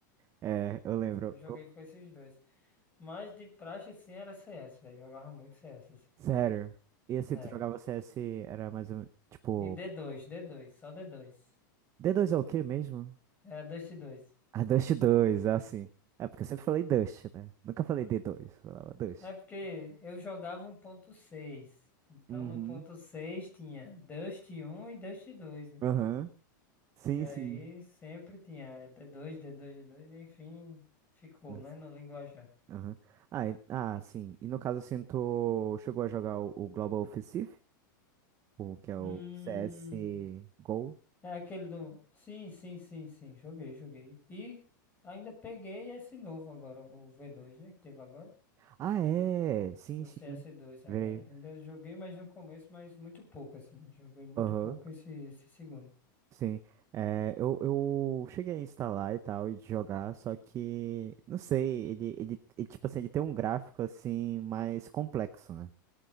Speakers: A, on the right (about 30°); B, on the left (about 15°).
A: É, eu
B: Mas
A: lembro.
B: eu joguei com esses dois. Mas de praxe, assim, era CS, velho. Jogava muito CS, assim.
A: Sério. E assim,
B: É.
A: tu jogava CS, era mais ou menos, tipo,
B: E d dois d dois só d dois
A: d dois é o quê mesmo?
B: É a Dust dois.
A: a Dust dois assim. É, porque eu sempre falei Dust, né? Nunca falei d dois falava Dust.
B: É porque eu jogava um ponto seis. Então
A: Uhum.
B: no ponto seis tinha Dust um e Dust dois. né?
A: Aham. Sim,
B: E aí
A: sim.
B: sempre tinha d dois, d dois, d dois. enfim, ficou,
A: Nossa.
B: né, no linguajar.
A: Aham. Ah, e- ah, sim. E no caso, assim, tu chegou a jogar o, o Global Offensive? O que é o
B: Hum,
A: CS GO?
B: é aquele do. Sim, sim, sim, sim, joguei, joguei. E ainda peguei esse novo agora, o v dois, né, que teve agora.
A: Ah, é! Sim,
B: O
A: sim.
B: C S dois agora.
A: Veio.
B: Ainda joguei mais no começo, mas muito pouco, assim. Joguei muito
A: Aham.
B: pouco esse, esse segundo.
A: Sim, é, eu, eu cheguei a instalar e tal, e de jogar, só que, não sei, ele, ele, ele, tipo assim, ele tem um gráfico, assim, mais complexo, né?